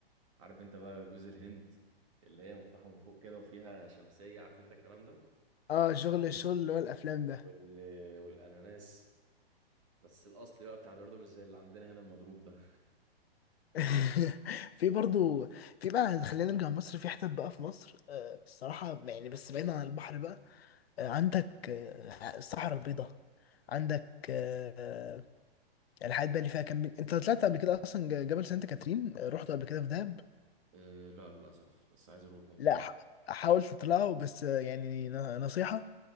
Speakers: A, on the right; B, on the left.
A: عارف انت بقى جوز الهند اللي هي مفتوحه من فوق كده وفيها شمسيه عارف انت الكلام ده
B: اه شغل الشغل اللي هو الافلام ده
A: وال... والاناناس بس الاصلي بقى بتاع بيردو مش زي اللي عندنا هنا المضروب ده
B: <laughs> في برضو في بقى خلينا نرجع مصر في حتت بقى في مصر آه الصراحة يعني بس بعيد عن البحر بقى آه عندك آه الصحراء البيضاء عندك آه الحاجات بقى اللي فيها كم انت طلعت قبل كده اصلا ج- جبل سانت كاترين آه، رحت قبل كده في دهب
A: أه لا للاسف بس عايز اروحه
B: لا ح- حاول تطلعه بس آه يعني ن- نصيحة